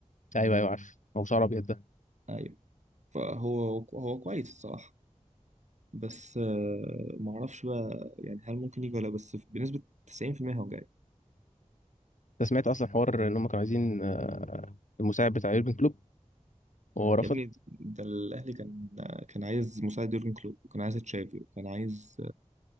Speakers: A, on the left (about 75°); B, on the right (about 65°).
A: ايوه ايوه عارف هو شعر ابيض ده
B: ايوه فهو هو كويس الصراحه بس آه، معرفش بقى يعني هل ممكن يجي ولا لأ، بس بنسبه 90% هو
A: انت سمعت اصلا حوار ان هم كانوا عايزين آه، المساعد بتاع يورجن كلوب وهو رفض
B: يا ابني ده الاهلي كان كان عايز مساعد يورجن كلوب وكان عايز تشافي وكان عايز